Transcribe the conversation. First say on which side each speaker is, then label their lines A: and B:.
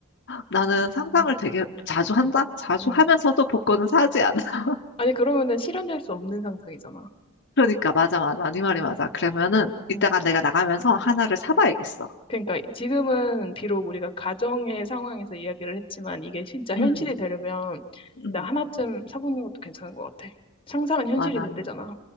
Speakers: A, on the left; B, on the left.
A: 나는 상상을
B: 음,
A: 되게 자주 한다? 자주
B: 음.
A: 하면서도 복권은 사지 않아. <laughs>
B: 아니, 그러면은 실현될 수 없는 상상이잖아.
A: 그러니까 맞아, 맞아. 네 말이 맞아. 그러면은 이따가
B: 응,
A: 내가 나가면서 하나를 사봐야겠어.
B: 그러니까 지금은 비록 우리가 가정의 상황에서 이야기를 했지만 이게 진짜
A: 응.
B: 현실이 되려면 진짜
A: 응.
B: 하나쯤 사보는 것도 괜찮은 것 같아. 상상은 현실이
A: 맞아.
B: 된대잖아.